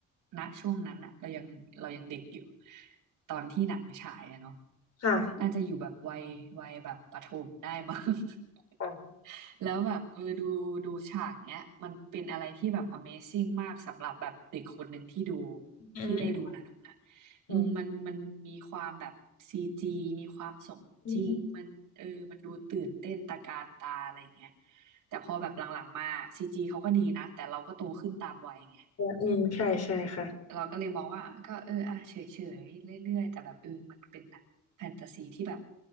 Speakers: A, on the right (about 85°); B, on the left (about 50°).
A: ณช่วงนั้นอะเรายังเรายังเด็กอยู่ตอนที่หนังฉายอะเนาะ
B: ค่ะ
A: น่าจะอยู่แบบวัยวัยแบบประถมได้มั้ง <laughs>
B: ค่ะ
A: แล้วแบบเออดูดูฉากเนี้ยมันเป็นอะไรที่แบบ Amazing มากสำหรับแบบเด็กคนหนึ่งที่ดู
B: อืม
A: ที่ได้ดูหนังนะ
B: อืม
A: อืมมันมันมีความแบบซีจีมีความสมจริงมันเออมันดูตื่นเต้นตะการตาอะไรอย่างเงี้ย
B: อืม
A: แต่พอแบบหลังๆมาซีจีเขาก็ดีนะแต่เราก็โตขึ้นตามวัยไง
B: อืมใช่ใช่ค่ะ
A: เราก็เลยมองว่าอ่ะก็เอออ่ะเฉยๆเรื่อยๆแต่แบบเออมันเป็นหนังแฟนตาซีที่แบบ